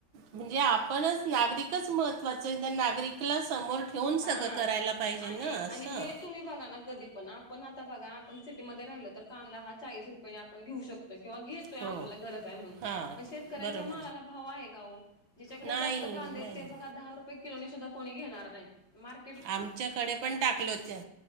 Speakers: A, on the right; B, on the left.
A: म्हणजे आपणच नागरिक तितकच महत्त्वाचं आहे त्या नागरिकला समोर ठेवून
B: हा
A: सगळं करायला पाहिजे
B: आणि
A: ना
B: आणि
A: असं.
B: हे तुम्ही बघा ना कधी पण पण आता बघा आपण सिटीमध्ये राहिलं तर कांदा हा चाळीस रुपयाने आपण घेऊ शकतो. किंवा घेतोय आपल्याला
A: हो
B: गरज आहे म्हणून
A: हां
B: पण शेतकऱ्यांच्या
A: बरोबर
B: मालाला भाव आहे का ओ जिच्याकडे
A: नाही
B: जास्त कांदेे
A: नाही
B: आहेत ते बघा दहा रुपये किलोनी सुद्धा कोणी घेणार नाही मार
A: आमच्याकडे पण टाकल होते.